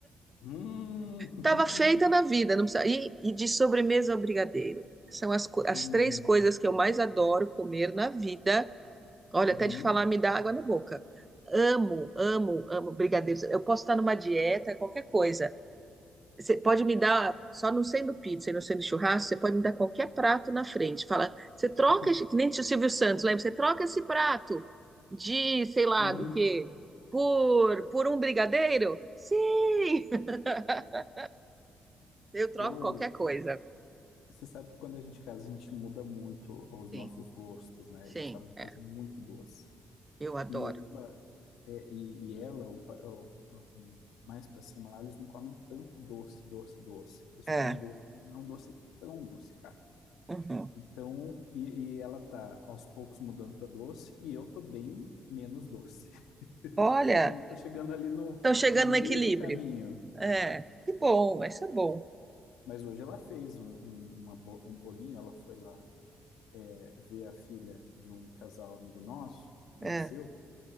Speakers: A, on the left; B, on the right.
A: Hum.
B: Tava feita na vida,
A: <laughs>
B: não precisa. E, e de sobremesa ao brigadeiro. São as, co- as
A: Hum.
B: três coisas que eu mais adoro comer na vida. Olha,
A: Uhum.
B: até de falar me dá água na boca. Amo, amo, amo brigadeiros. Eu posso estar numa dieta, qualquer coisa. Você pode me dar, só não sendo pizza e não sendo churrasco, você pode me dar qualquer prato na frente. Fala, você troca,
A: <laughs>
B: esse- que nem o Silvio Santos, lembra? Você troca esse prato de, sei lá,
A: Uhum.
B: do quê? Por, por um brigadeiro? Sim! <laughs> Eu troco
A: Eu,
B: qualquer coisa.
A: você sabe que quando a gente casa, a gente muda muito os
B: Sim,
A: nossos gostos, né?
B: sim,
A: Eu gostava de coisa
B: é.
A: muito doce.
B: Eu adoro.
A: E ela, é, e, e ela, o pa- o- o- mais pra cima lá, eles não comem tanto doce, doce, doce. Eles
B: É.
A: comem doce, mas não é um doce tão docicado.
B: uhum.
A: Então, e, e ela tá aos poucos mudando pra doce e eu tô bem menos doce. <laughs>
B: Olha,
A: A gente tá chegando ali no,
B: estão chegando
A: no meio
B: no equilíbrio.
A: do caminho.
B: É, que bom, isso é bom.
A: Mas hoje ela fez um, um, uma um bolinho, ela foi lá é, ver a filha de um casal amigo nosso, que
B: É,
A: nasceu,